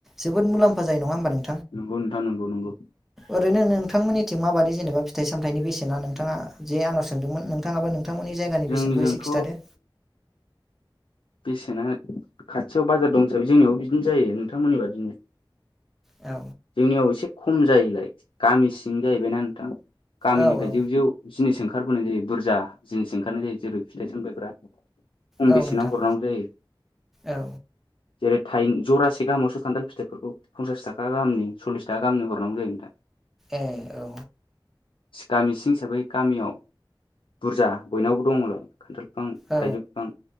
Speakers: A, in the centre; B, on the left.
A: जो बोद मुलामफा जायो नङा होनबा
B: नंगौ नोंथां नंगौ नंगौ
A: ओरैनो नोंथांमोननिथिं माबादि जेनेबा फिथाइ सामथाइनि बेसेना नोंथाङा जे आंनाव सोंदोंमोन नोंथाङाबो नोंथांमोननि जायगानि
B: जोंनिजोंथ'
A: बेसेनखौ एसे खिन्थादो
B: बेसेना खाथियाव बाजार दं हिसाबै जोंनियावबो बिदिनो जायो नोंथांमोननि बादिनो
A: औ
B: जोंनियाव एसे खम जायलाय गामि सिं जाहैबायना नोंथां गामिनिफ्राय
A: औ औ
B: जेव जेव जिनिस ओंखारबोनाय जायो बुरजा जिनिस ओंखारनाय जायो जेरै- फिथाइ सामथायफ्रा खम
A: औ
B: बेसेनाव
A: नोंथां
B: हरनांगौ जायो
A: औ
B: जेरै थाइ जरासे गाहामावसो खान्थाल फिथाइफोरखौ फन्सास थाखा गाहामनि सल्लिस थाखा गाहामनि हरनांगौ जायो नोंथाङा
A: ए औ
B: गामि सिं हिसाबै गामियाव बुरजा बयनावबो दङल खान्थालफिफां
A: औ
B: थाइजौफिफां